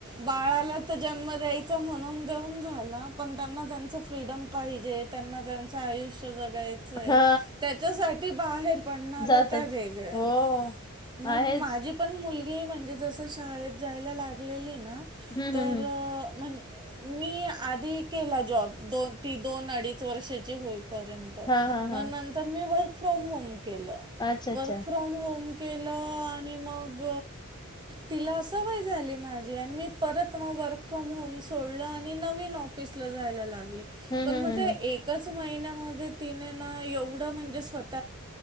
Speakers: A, on the right (about 20°); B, on the left (about 20°).
A: बाळाला तर जन्म द्यायचा म्हणून देऊन घाला. पण त्यांना त्यांचं फ्रीडम पाहिजे त्यांना त्यांचं आयुष्य जगाय
B: हा
A: त्याच्यासाठी बाहेर पडणाऱ्या
B: जातात
A: त्या वेगळ्या
B: हो
A: मग
B: आहेच
A: माझी पण मुलगी म्हणजे जसं शाळेत जायला लागलेली ना
B: हम्म
A: तर
B: हम्म हम्म
A: म्हज मी आधी केला जॉब दोन ती दोन अडीच वर्षाची होईपर्यंत
B: हा हा
A: ग
B: हा
A: नंतर मी वर्क फ्रॉम होम केलं.
B: अच्छा अच्छा
A: वर्क फ्रॉम होम. केलं आणि मग तिला सवय झाली माझी आणि मी परत मग वर्क फ्रॉम होम सोडलं आणि नवीन पिसलं जायला लागत.
B: हम्म
A: ण
B: हम्म
A: मग
B: हम्म
A: एकच
B: हम्म.
A: महिन्या मध्ये तिने न एवढं म्हणजे <inaudible>